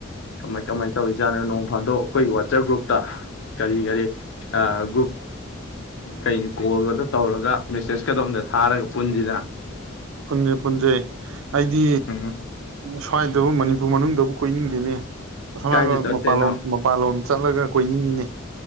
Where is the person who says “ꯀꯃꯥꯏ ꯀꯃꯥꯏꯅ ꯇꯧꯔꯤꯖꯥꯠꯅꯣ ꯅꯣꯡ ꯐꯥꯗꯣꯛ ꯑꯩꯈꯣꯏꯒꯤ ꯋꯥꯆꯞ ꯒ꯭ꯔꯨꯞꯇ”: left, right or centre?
Left